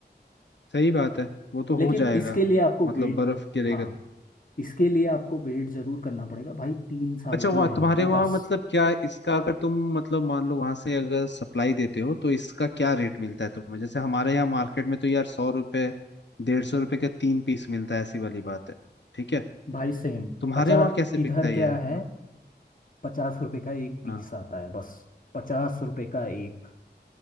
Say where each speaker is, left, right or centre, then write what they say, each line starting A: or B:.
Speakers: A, on the left; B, on the left.
A: सही बात है वो तो
B: लेकिन
A: हो जाएगा
B: इसके लिए आपको
A: मतलब
B: वेट
A: बर्फ गिरेगा
B: हाँ
A: तो
B: इसके लिए आपको वेट जरूर करना पड़ेगा भाई तीन साल
A: अच्छा
B: की
A: वहाँ
B: मेहनत
A: तुम्हारे
B: है
A: वहाँ
B: बस
A: मतलब क्या इसका अगर तुम मतलब मान लो वहां से अगर सप्लाई देते हो तो इसका क्या रेट मिलता है तुम्हें जैसे हमारे यहाँ मार्केट में तो यार सौ रुपये डेढ़ सौ रुपये के तीन पीस मिलता है ऐसी वाली बात है ठीक है
B: भाई सेम
A: तुम्हारे
B: पचास
A: वहां कैसे
B: इधर
A: बिकता है ये
B: क्या
A: हाँ
B: है पचास रुपए का एक पीस
A: हाँ
B: आता है बस पचास रुपए का एक